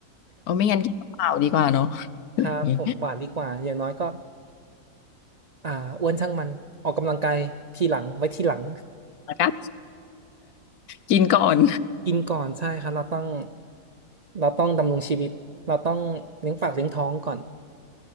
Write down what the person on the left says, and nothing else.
เออไม่งั้นกินเปล่าดีกว่าเนาะ
อย่างนี้
นะคะกินก่อน